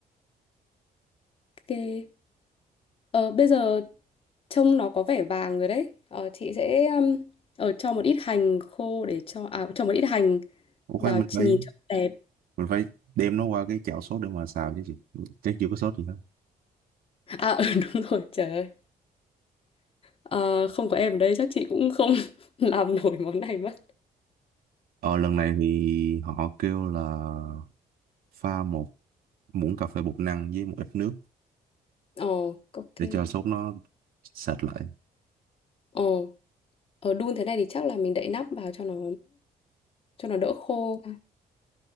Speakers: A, on the left (about 40°); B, on the right (about 75°).
A: Ok. Ờ, bây giờ trông nó có vẻ vàng rồi đấy. Ờ, chị sẽ um, ờ, cho một ít hành khô để cho à cho một ít hành
B: Ủa
A: vào
B: khoan mình phải
A: nhìn cho đẹp.
B: mình phải đem nó qua cái chảo sốt để mà xào chứ chị chắc chưa có sốt gì hết
A: À <laughs> ừ, đúng rồi trời ơi Ờ, không có em ở đây chắc chị cũng không <laughs> làm nổi món này mất.
B: ờ lần này thì họ kêu là pha một muỗng cà phê bột năng với một ít nước
A: Ồ, ok.
B: để cho sốt nó sệt lại
A: Ồ, ở đun thế này thì chắc là mình đậy nắp vào cho nó cho nó đỡ khô. À,